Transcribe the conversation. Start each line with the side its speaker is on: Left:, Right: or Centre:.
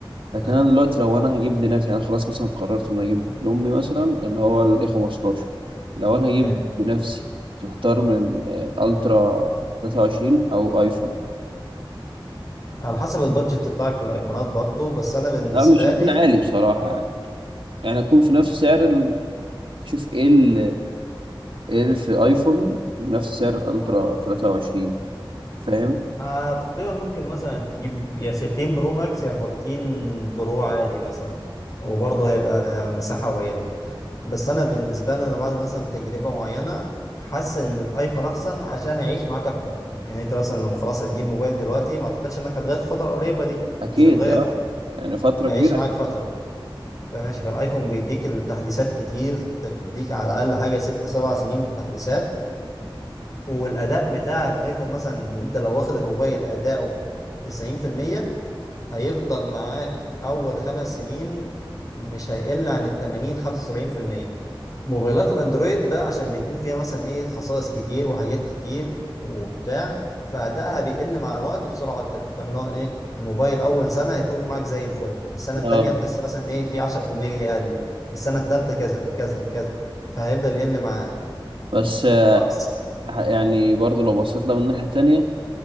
Right: لكن
Left: أيوة.
Right: أنا دلوقتي لو أنا هجيب لنفسي يعني أنا خلاص مثلا قررت إن أنا أجيب لأمي مثلا اللي هو ال A15 لو أنا هجيب
Left: أيوة.
Right: لنفسي كنت محتار من الألترا 23 أو أيفون
Left: على حسب البادجت بتاعك في الايفونات برضو بس انا بالنسبه
Right: لا مش هيكون
Left: لي
Right: عالي بصراحة يعني يعني هكون في نفس سعر ال... شوف إيه ال... إيه اللي في أيفون بنفس سعر الألترا
Left: آه.
Right: 23 فاهم
Left: آه تقريبا ممكن مثلا تجيب يا 13 برو ماكس يا 14 برو عادي مثلا وبرضه هيبقى مساحه قليله بس انا بالنسبه لي انا بعد مثلا تجربه معينه حاسس ان الايفون احسن عشان هيعيش معاك اكتر يعني انت مثلا لما خلاص هتجيب موبايل دلوقتي ما اعتقدش انك هتغير في الفتره القريبه دي
Right: اكيد
Left: مش هتغير
Right: اه
Left: في...
Right: يعني فتره
Left: هيعيش
Right: كبيره
Left: معاك
Right: عشان
Left: فتره فماشي فالايفون بيديك التحديثات كتير انت بيديك على الاقل حاجه ست سبع سنين من التحديثات والاداء بتاع الايفون مثلا انت لو واخد الموبايل اداؤه 90% هيفضل معاك اول خمس سنين مش هيقل عن ال 80 75% موبايلات الاندرويد بقى عشان بيكون فيها مثلا ايه خصائص كتير وحاجات كتير وبتاع فادائها بيقل مع الوقت بسرعه اكتر يعني فاهم اللي هو ايه الموبايل اول سنه هيكون معاك زي الفل السنه التانيه
Right: اه
Left: هتحس مثلا ايه في 10% قل له السنه التالته كذا كذا كذا فهيفضل يقل معاك
Right: بس آه،
Left: خلاص
Right: يعني برضه لو بصيت لها من ناحيه تانية